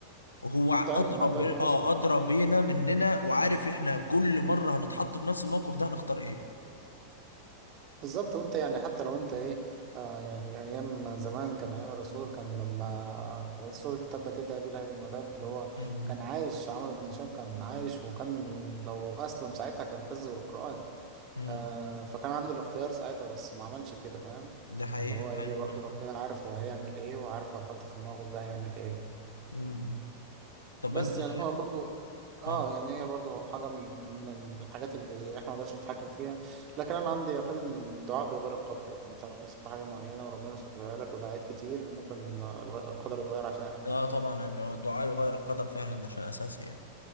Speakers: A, on the left; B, on the right.
A: وهو
B: عنده
A: ع- ادرى
B: علم عنده
A: ب...
B: علم
A: اه
B: مسبق
A: ادرى بينا مننا وعارف احنا كل مره هنتحط في نفس الموقف ده هنختار ايه
B: بالظبط وانت يعني حتى لو انت ايه آه يعني ايام زمان كان ايام الرسول كان لما سورة تبت يدا ابي لهب وتب اللي هو
A: امم
B: كان عايش عمرو بن هشام كان عايش وكان لو اسلم ساعتها كان كذب القرآن
A: امم
B: آه فكان عنده الاختيار ساعتها بس ما عملش كده فاهم
A: ده حقيقه
B: اللي هو
A: فعلا
B: ايه برضو ربنا عارف هو هيعمل ايه وعارف لو حط في الموقف ده هيعمل ايه
A: امم طب
B: بس
A: انت
B: يعني
A: شايف
B: هو برضو اه
A: اه
B: يعني هي برضو حاجة من من الحاجات اللي احنا ما نقدرش نتحكم فيها لكن انا عندي يقين ان الدعاء بيغير القدر يعني انت لو نفسك في حاجة معينة وربنا مش كاتبها لك ودعيت كتير ممكن آه، الغ- القدر يتغير عشانك
A: لا
B: فاهم
A: طبعا ان هو الدعاء يغير القدر فعلا ده شيء اساسي يعني